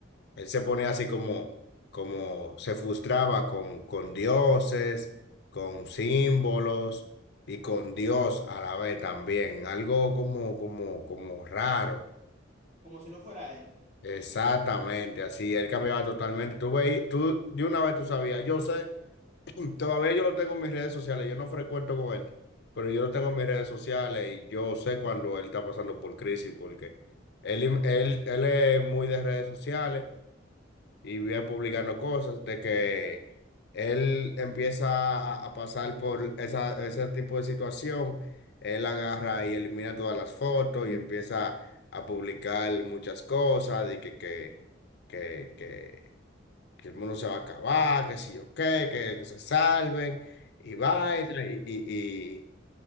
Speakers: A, on the left; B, on the right.
A: Él se ponía así como, como se frustraba con, con dioses, con símbolos y con Dios a la vez también. Algo como, como, como raro.
B: como si no fuera él.
A: Exactamente, así. Él cambiaba totalmente. Tú veí- tú de una vez tú sabías, yo sé. Todavía yo lo tengo en mis redes sociales, yo no frecuento con él, pero yo lo tengo en mis redes sociales y yo sé cuando él está pasando por crisis porque él, él, él es muy de redes sociales y viene publicando cosas de que él empieza a, a pasar por esa, ese tipo de situación, él agarra y elimina todas las fotos y empieza a publicar muchas cosas y que, que, que, que que el mundo se va a acabar, que si yo qué, que, que se salven, y vaina,
B: Fácil.
A: y, y, y,